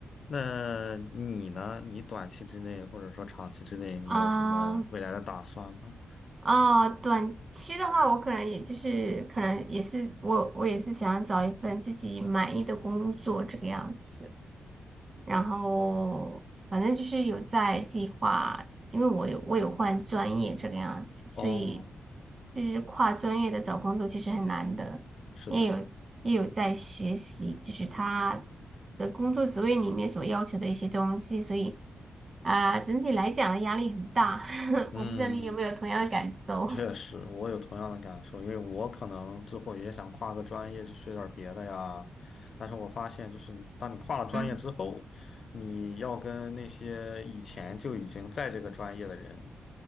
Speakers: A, on the left; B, on the right.
A: 那你呢？你短期之内或者说长期之内，你有什么未来的打算吗？
B: 嗯哦，短期的话，我可能也就是可能也是我我也是想找一份自己满意的工作这个样子。然后反正就是有在计划，
A: 嗯
B: 因为我有我有换专业这个样子，所以
A: 哦，
B: 就是跨专业的找工作其实很难的，
A: 是的，
B: 也有也有在学习，就是他的工作职位里面所要求的一些东西，所以啊、整体来讲压力很大，<laughs>
A: 嗯，
B: 我不知道你有没有同样的感受，
A: 确实，我有同样的感受，因为我可能之后也想跨个专业去学点儿别的呀，但是我发现，就是当你跨了专业之后，
B: 嗯，
A: 你要跟那些以前就已经在这个专业的人